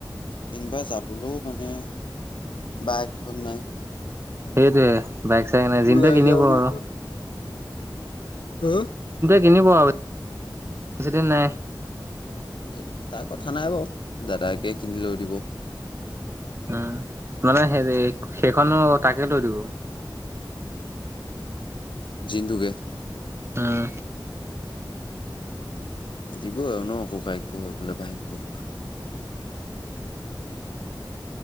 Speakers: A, on the left (about 75°); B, on the right (about 30°).
A: কিনবা যাবলৈও মানে বাইকখন নাই।
B: সেইটোৱে। বাইক চাইক নাই
A: ওলাই
B: যিনটো কিনিব
A: যাওঁ বুলি
B: আৰু।
A: ক <unintelligible>
B: কিনব আৰু বেছি দিন নাই।
A: এইটো তাৰ কথা নাই বাৰু দাদাকে কিনি লৈ দিব।
B: উ মানে হেৰি সেইখনো তাকে লৈ দিব।
A: জিন্টোকে।
B: অঁ।
A: দিব আৰু ন ককাইয়েটো হৈ পেলাই ভাইয়েকটোক।